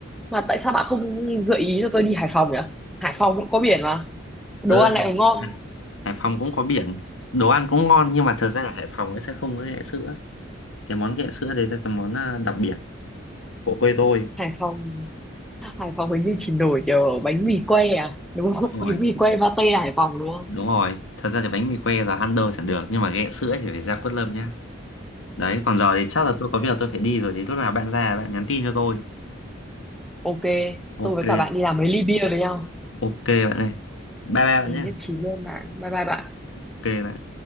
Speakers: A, in the centre; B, on the left (about 80°).
A: mà tại sao bạn không gợi ý cho tôi đi Hải Phòng nhỉ Hải Phòng cũng có biển mà đồ
B: Ờ,
A: ăn
B: Hải
A: lại còn ngon
B: Hải Phòng cũng có biển. Đồ ăn cũng ngon nhưng mà thật ra là Hải Phòng nó sẽ không có ghẹ sữa. Cái món ghẹ sữa đấy là cái món à, đặc biệt của quê tôi.
A: Hải Phòng Hải Phòng hình như chỉ nổi nhờ bánh mì quay à đúng không
B: Đúng
A: <laughs> bánh
B: rồi,
A: mì quay pate Hải Phòng đúng không
B: đúng rồi. Thật ra thì bánh mì que giờ ăn đâu chẳng được nhưng mà ghẹ sữa thì phải ra Quất Lâm nhá. Đấy, còn giờ thì chắc là tôi có việc tôi phải đi rồi thì lúc nào bạn ra bạn nhắn tin cho tôi.
A: ok
B: ok
A: tôi với cả bạn đi làm mấy ly bia với nhau
B: ok bạn này bye bye bạn
A: Ừ,
B: nhé
A: nhất trí luôn bạn bye bye bạn
B: ok bạn